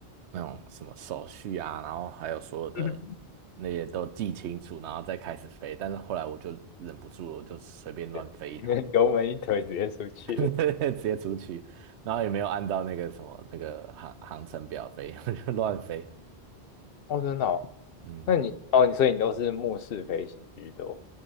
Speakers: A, on the right; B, on the left.
A: 那种什么手续啊，然后还有所有的那些都记清楚，
B: <laughs>
A: 然后再开始飞，但是后来我就忍不住了，我就随便乱飞一通，
B: 对，<laughs> 油门一推直接出去了。
A: <laughs> 直接出去，然后也没有按照那个什么那个航航程表飞，我就乱飞，
B: 哦，真的哦
A: 嗯。
B: 那你哦，你所以你都是目视飞行居多，